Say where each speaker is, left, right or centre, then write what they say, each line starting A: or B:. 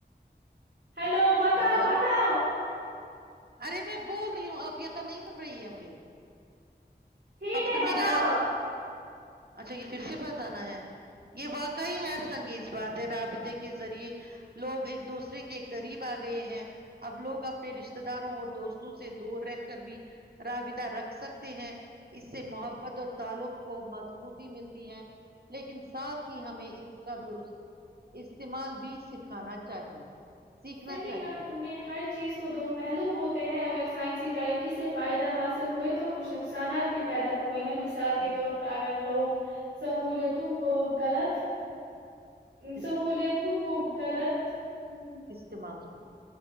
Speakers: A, on the right (about 80°); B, on the right (about 60°).
A: ہیلو بتاؤ
B: ہلو
A: بتاؤ
B: ارے میں بول رہی ہوں آپ یہ کا نہیں سن رہی ہے مجھے
A: ٹھیک
B: آپ
A: ہے
B: کو
A: بتاؤ
B: میری آ-
A: اب
B: اچھا یہ پھر سے بتانا ہے یہ واقعی حیرت انگیز بات ہے رابطے کے ذریعے لوگ ایک دوسرے کے قریب آ گئے ہیں اب لوگ اپنے رشتے داروں اور دوستوں سے دور رہ کر بھی رابطہ رکھ سکتے ہیں اس سے محبت اور تعلق کو مضبوطی ملتی ہے لیکن ساتھ ہی ہمیں اس کا درست استعمال بھی سکھانا چاہیے سیکھنا
A: صحیح
B: چاہیے
A: کہا تم نے ہر چیز کو دو پہلو ہوتے ہیں اگر سائنسی ترقی سے فائدہ حاصل ہوئے تو کچھ نقصانات بھی پیدا ہوئے ہیں م مثال کے
B: ہم،
A: طور پر اگر لوگ سہلیتوں کو غلط
B: اس
A: سہولت کوگلت ہ
B: استعمال